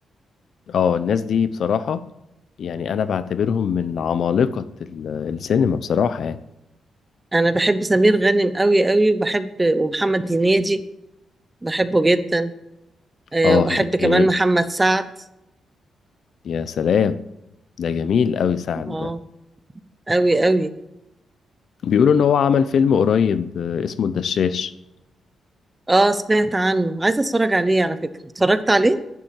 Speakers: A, on the left; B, on the right.
A: اه الناس دي بصراحة يعني أنا بعتبرهم من عمالقة ال- السينما بصراحة يعني
B: انا بحب سمير غانم قوي قوي وبحب ومحمد هنيدي بحبه جدا آه،
A: اه
B: وبحب كمان
A: هنيدي
B: محمد سعد
A: يا سلام ده جميل أوي سعد
B: اه
A: ده
B: قوي قوي
A: بيقولوا إن هو عمل فيلم قريب آه، اسمه الدشاش
B: اه سمعت عنه عايزه اتفرج عليه على فكره اتفرجت عليه